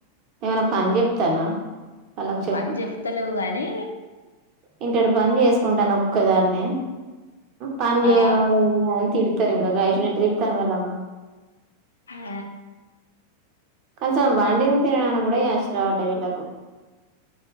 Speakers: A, on the right (about 40°); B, on the left (about 75°).
A: ఏమైనా పని చెప్తానా వాళ్ళకి చెప్పు
B: పని చెప్తలేవు గాని
A: ఇంటేడు పని చేసుకుంటన ఒక్కదాన్ని పని జెయ్యవు
B: ఆ
A: అని తిడ్ సరే ఇంకా గ ఐషు ఎట్టా తిడతందివల్లమ
B: హా
A: కొంచెం వండింది తినడానికి కూడా యాష్ట రావాటే వీళ్ళకు